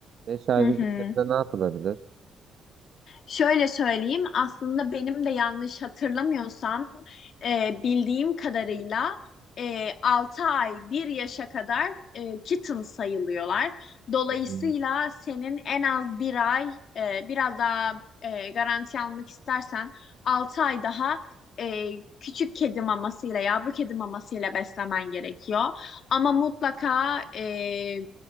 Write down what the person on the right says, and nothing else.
Beş aylık
bir kedide ne yapılabilir?
Hı hı.